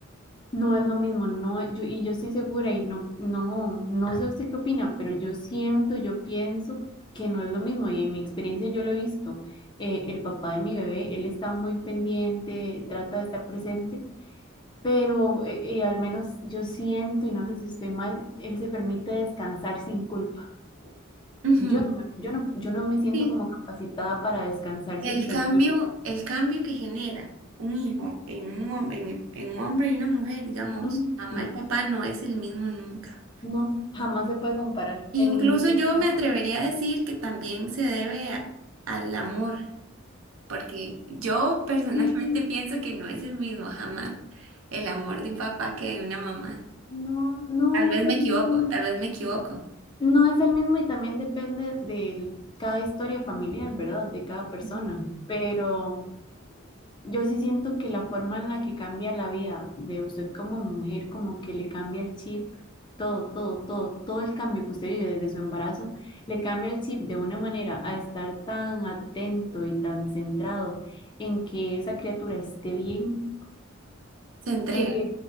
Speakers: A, on the left; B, on the right.
A: no es lo mismo, no, es- yo, y yo estoy segura, y no, no, no sé usted qué opina, pero yo siento, yo pienso que no es lo mismo, y en mi experiencia yo lo he visto, eh, el papá de mi bebé, él está muy pendiente, trata de estar presente, pero eh, eh, al menos yo siento, y no sé si estoy mal, él se permite descansar sin culpa.
B: Ujú,
A: Yo no me, yo no, yo no me siento
B: Sí,
A: como capacitada para descansar
B: el
A: sin sentir.
B: cambio, el cambio que genera un hijo en un, hom- en el- en un hombre y una mujer, digamos,
A: Ujú.
B: mamá y papá no es el mismo nunca.
A: No, jamás se puede comparar
B: Incluso
A: en ningún.
B: yo me atrevería a decir que también se debe a- al amor, porque yo personalmente
A: Sí,
B: <laughs> pienso que no es el mismo jamás el amor de un papá que de una mamá.
A: no, no
B: Tal
A: es
B: vez me
A: el
B: equivoco,
A: mismo.
B: tal vez me equivoco.
A: No es el mismo y también depende de cada historia familiar, ¿verdad? De cada persona.
B: Ujú.
A: Pero Yo sí siento que la forma en la que cambia la vida de usted como mujer, como que le cambia el chip, todo, todo, todo, todo el cambio que usted vive desde su embarazo, le cambia el chip de una manera a estar tan atento y tan centrado en que esa criatura esté bien,
B: Se entrega,
A: que,